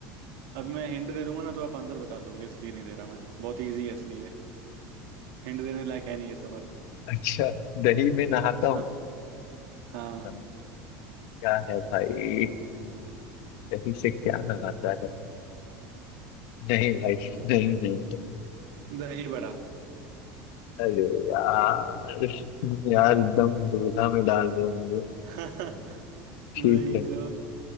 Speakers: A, on the right (about 70°); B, on the left (about 65°).
A: अब मैं हिंट दे दूंगा ना तो आप आंसर बता दोगे इसलिए नहीं दे रहा मैं बहुत इजी है इसलिए हिंट देने लायक है नहीं ये सवाल
B: अच्छा दही में नहाता हूँ
A: <laughs> हाँ
B: हाँ, क्या है भाई दही से क्या नहाता है नहीं भाई नहीं नहीं नहीं
A: दही बड़ा
B: अरे यार तुम यार एकदम दुविधा में डाल रहे हो मुझे
A: <laughs>
B: ठीक
A: वही
B: है
A: तो